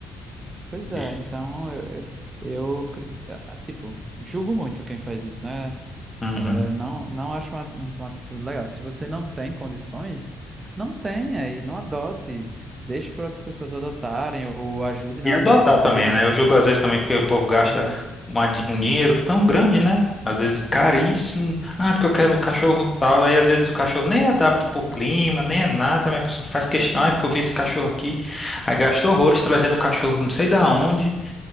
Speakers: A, on the right (about 30°); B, on the left (about 20°).
A: Pois é,
B: e-
A: então eu, eu cri- ah, tipo, julgo muito quem faz isso, né?
B: Uhum.
A: Eu não, não acho uma, um- uma atitude legal. Se você não tem condições, não tenha e não adote. Deixe para outras pessoas adotarem ou ajude na
B: E adotar
A: adoção
B: também,
A: dele
B: né?
A: de
B: Eu julgo às vezes também porque o povo
A: alguma forma.
B: gasta uma di- um dinheiro tão grande, né? Às vezes caríssimo. Ah, porque eu quero o cachorro tal. Aí às vezes o cachorro nem é adapta pro clima, nem é nada. Mas a pessoa faz questão, ah, porque eu vi esse cachorro aqui. Aí gastou horrores trazendo o cachorro não sei da onde.